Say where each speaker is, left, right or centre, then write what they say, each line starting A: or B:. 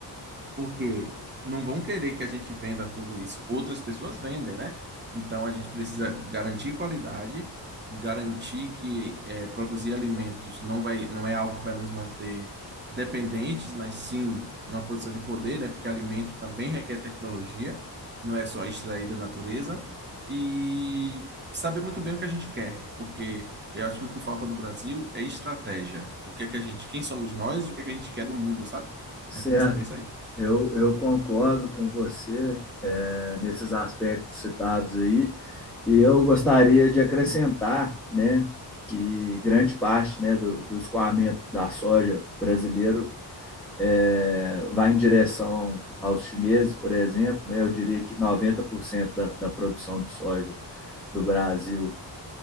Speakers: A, on the right; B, in the centre.
A: Porque não vão querer que a gente venda tudo isso. Outras pessoas vendem, né? Então a gente precisa garantir qualidade, garantir que eh, produzir alimentos não vai, não é algo que vai nos manter dependentes, mas sim numa posição de poder, né? Porque alimento também requer tecnologia, não é só extrair da natureza. E saber muito bem o que a gente quer, porque eu acho que o que falta no Brasil é estratégia. O que é que a gente, quem somos nós e o que é que a gente quer do mundo, sabe?
B: Certo,
A: A gente tem que saber isso aí.
B: eu, eu concordo com você eh, nesses aspectos citados aí, e eu gostaria de acrescentar, né, que grande parte, né, do, do escoamento da soja brasileiro eh, vai em direção aos chineses, por exemplo, né, eu diria que 90% da, da produção de soja do Brasil